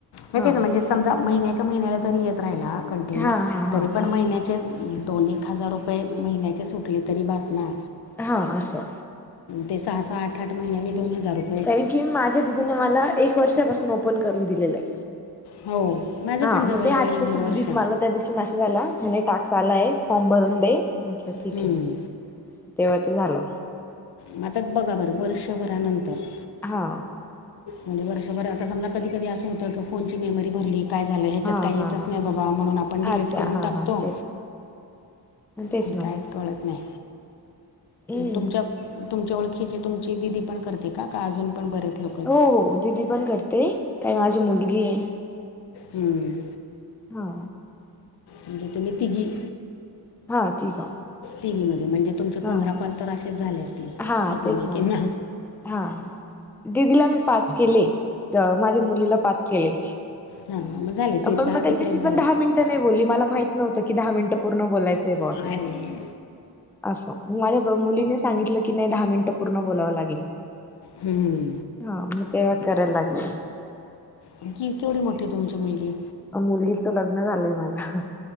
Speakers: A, on the left (about 80°); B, in the centre.
A: नाही
B: हा
A: तेच म्हणजे समजा, महिन्याच्या महिन्याला जरी येत राहिला कंटिन्यू
B: हा हा
A: तरी
B: हा
A: पण
B: असं
A: महिन्याचे दोन, एक हजार रुपये महिन्याचे सुटले तरी बास ना.
B: हा, असं.
A: ते सहा, सहा, आठ, आठ महिन्यांनी दोन हजार रु
B: कारण की, माझ्या दिदीने मला एक वर्षापासून ओपन करून दिलेलं हाय.
A: हो माझं पण
B: हा
A: जवळजवळ
B: म ते आज
A: एक
B: कशी
A: दीड वर्ष
B: दिदीच मला त्या दिशी मॅसेज आला म्हणे टाक्स आलाय, फॉर्म भरून दे, म्हटल ठीक
A: हम्म.
B: आहे. तेव्हा ते झालं.
A: म आता बघा बरं, वर्षभरानंतर
B: हा.
A: म वर्षभर आता समजा, कधी कधी असं होतं की, फोनची मेमरी भरली काय झालं? ह्याच्यात
B: हा
A: काही
B: हा
A: येतच
B: हा.
A: नाही बघा, म्हणून आपण डिलेट
B: अच्छा
A: करून
B: हा
A: टाकतो.
B: हा तेच तेच
A: पण
B: ना
A: काहीच
B: मग
A: कळत नाही.
B: हम्म.
A: तुमच्यात तुमच्या ओळखीची तुमची दिदी पण करते का? का अजून पण बरेच लोक? आहेत
B: हो हो, दिदी पण करते. <unintelligible> माझी मुलगी आहे.
A: हम्म.
B: हा.
A: म्हणजे तुम्ही तिघी?
B: हा ठीक आहे
A: तिघी मध्ये म्हणजे तुम्ही पंधरा
B: हा हा
A: कॉल तर असेच झाले असतील,
B: हा
A: एकामेकींना.
B: तेच ना मग हा, दिदीला मी पाच केले, माझ्या मुलीला पाच केले.
A: हं हं, म झाले. ते
B: आपण
A: दहा
B: मग त्यांच्याशी
A: तिकडेच झाले
B: पण दहा मिन <unintelligible> नाही बोली. मला माहित नव्हत की, दहा मिनिटं पूर्ण बोलायचं आहे
A: अरे
B: बुआ असं, असं. माझ्या ब मुलीने सांगितलं की, नाही दहा मिनट पूर्ण बोलावं लागेल.
A: हम्म.
B: हा, म तेव्हा करायला लागले.
A: नेमकी केवढी मोठी आहे तुमची मुलगी?
B: अहो मुलगीच लग्न झालंय माझ्या.